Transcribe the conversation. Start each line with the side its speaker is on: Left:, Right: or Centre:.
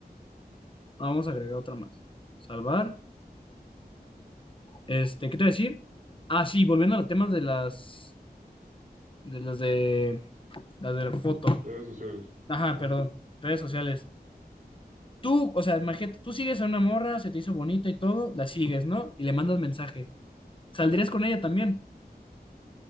Left: Ah, Vamos a agregar otra más. Salvar. Este, ¿qué te voy a decir? Ah, sí, volviendo a los temas de las de las de las de la foto.
Right: redes sociales.
Left: Ajá,
Right: Ujú.
Left: perdón. Redes sociales. Tú, o sea, imagínate, tú sigues a una morra, se te hizo bonita y todo, la sigues, ¿no? Y le mandas mensaje. ¿Saldrías con ella también?